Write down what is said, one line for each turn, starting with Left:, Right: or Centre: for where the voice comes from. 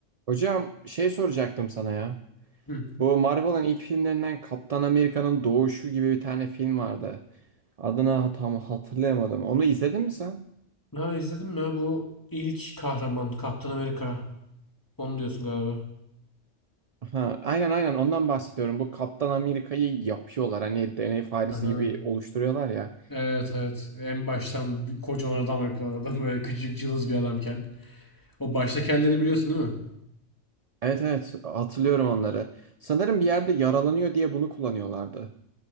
Right: Hocam şey soracaktım sana ya.
Left: Hı.
Right: Bu Marvel'ın ilk filmlerinden Kaptan Amerika'nın Doğuşu gibi bir tane film vardı. Adını tam hatırlayamadım. Onu izledin mi sen?
Left: Ha izledim ya bu ilk kahraman Kaptan Amerika. Onu diyorsun galiba.
Right: Ha, aynen aynen ondan bahsediyorum. Bu Kaptan Amerika'yı yapıyorlar. Hani deney faresi
Left: Aha.
Right: gibi oluşturuyorlar ya.
Left: Evet evet. En baştan bir kocaman adam yapıyor adam böyle küçücük cılız bir adamken. O baştaki hallerini biliyorsun değil mi?
Right: Evet evet hatırlıyorum onları. Sanırım bir yerde yaralanıyor diye bunu kullanıyorlardı.